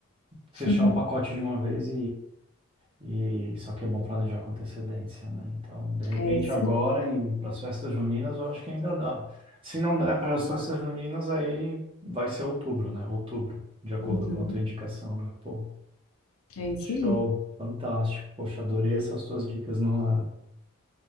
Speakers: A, on the right; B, on the left.
A: fechar
B: <laughs>
A: o pacote de uma vez e só que é bom planejar com antecedência, né? Então, de repente,
B: É isso.
A: agora para as festas juninas, eu acho que ainda dá. Se não der para as festas juninas, aí vai ser outubro, né? Outubro, de acordo
B: Uhum,
A: com a tua indicação, né? Pô,
B: é isso
A: show,
B: aí.
A: fantástico. Poxa, adorei essas tuas dicas, Nohara.